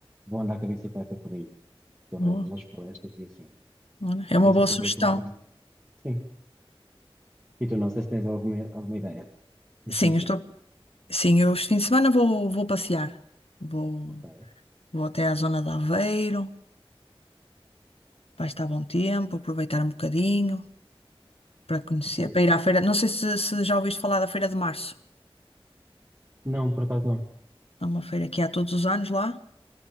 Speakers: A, on the right; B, on the left.
A: vou andar com a bicicleta por aí, pela-
B: Boa.
A: pelas florestas e assim.
B: Olha, É
A: A
B: uma
A: ver
B: boa
A: se aproveito
B: sugestão.
A: um bocadinho. Sim. E tu não sei se tens alguma, alguma ideia este
B: Sim,
A: fim de
B: eu
A: semana.
B: estou. Sim, eu este fim de semana vou, vou passear. Vou,
A: Ok.
B: vou até à zona de Aveiro. Vai estar bom tempo, aproveitar um bocadinho para conhecer,
A: Ok.
B: para ir à feira. Não sei se, se já ouviste falar da Feira de Março.
A: Não, por acaso não.
B: É uma feira que há todos os anos lá.